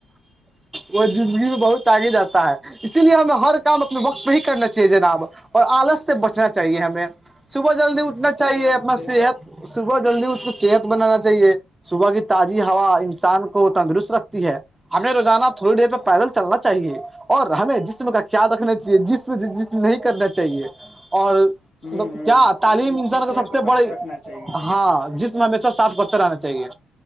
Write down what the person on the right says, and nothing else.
وہ زندگی میں بہت آگے جاتا ہے اسی لیے ہمیں ہر کام اپنے وقت پہ ہی کرنا چاہیے جناب اور آلس سے بچنا چاہیے ہمیں صبح جلدی اٹھنا
چاہیے
اپنا
صحت
صبح جلدی اس کو صحت بنانا چاہیے صبح کی تازی ہوا انسان کو تندرست رکھتی ہے ہمیں روزانہ تھوڑی دیر پہ پیدل چلنا چاہیے اور ہمیں جسم کا کیایا رکھنا چاہیے جسم جسم نہیں کرنا چاہیے اور
مطلب
کیا تعلیم
انسان
کا سب
سے
بڑی
ہاں جس میں ہمیشہ کرتے رہنا چاہیے